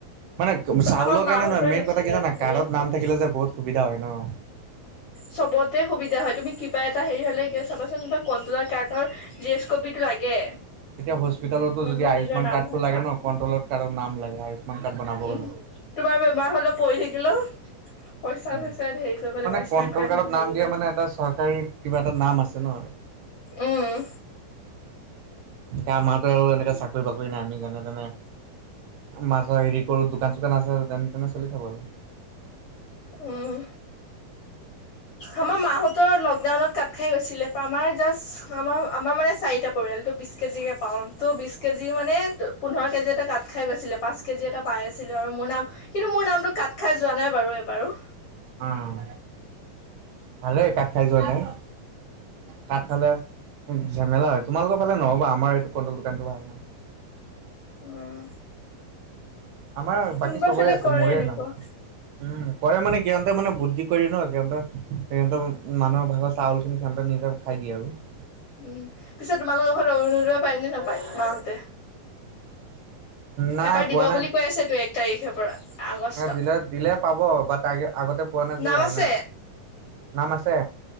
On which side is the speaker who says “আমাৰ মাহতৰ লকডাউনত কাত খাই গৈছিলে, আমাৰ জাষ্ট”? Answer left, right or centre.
Left